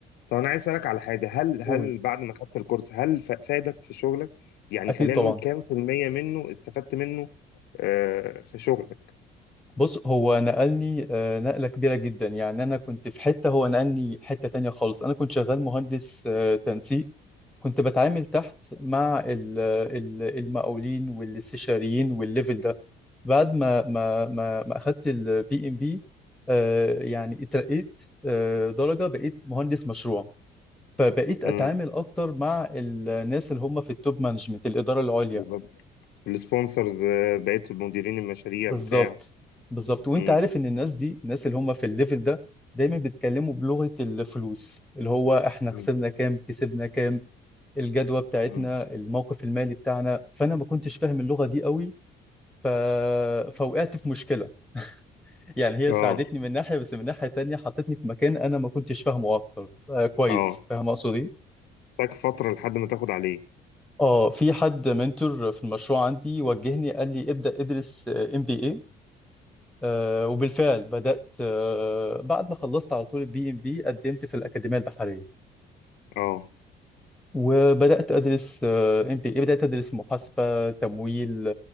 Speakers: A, on the left (about 75°); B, in the centre.
A: طب انا عايز اسالك على حاجه هل هل
B: قول
A: بعد ما خدت الكورس هل ف- فادك في شغلك يعني
B: اكيد
A: خلينا
B: طبعا
A: نقول كام في المية منه استفدت منه آه في شغلك
B: بص هو نقلني آه، نقلة كبيرة جدا يعني أنا كنت في حتة هو نقلني حتة تانية خالص أنا كنت شغال مهندس آه، تنسيق كنت بتعامل تحت مع ال- ال- المقاولين والاستشاريين والليفل ده بعد ما ما ما, ما أخدت البي إم بي يعني اترقيت آه، درجة بقيت مهندس مشروع فبقيت أتعامل
A: مم.
B: أكتر مع الناس اللي هم في التوب مانجمنت الإدارة العليا
A: بالظبط السبونسرز آه، بقيت مديرين المشاريع
B: بالظبط
A: بتاع
B: بالظبط وانت
A: مم.
B: عارف ان الناس دي الناس اللي هم في الليفل ده دايما بيتكلموا بلغة الفلوس اللي هو احنا
A: مم.
B: خسرنا كام كسبنا كام الجدوى بتاعتنا
A: مم.
B: الموقف المالي بتاعنا فانا ما كنتش فاهم اللغة دي قوي ف... فوقعت في مشكلة يعني هي
A: اه
B: ساعدتني من ناحية بس من ناحية تانية حطتني في مكان انا ما كنتش فاهمه اكتر آه كويس
A: اه
B: فاهم اقصد ايه
A: تاك فتره لحد ما تاخد عليه
B: اه في حد منتور في المشروع عندي وجهني قال لي ابدأ ادرس ام بي اي آه، وبالفعل بدأت آه، بعد ما خلصت على طول البي ام بي قدمت في الأكاديمية البحرية
A: اه
B: وبدأت أدرس ام بي اي بدأت أدرس محاسبة تمويل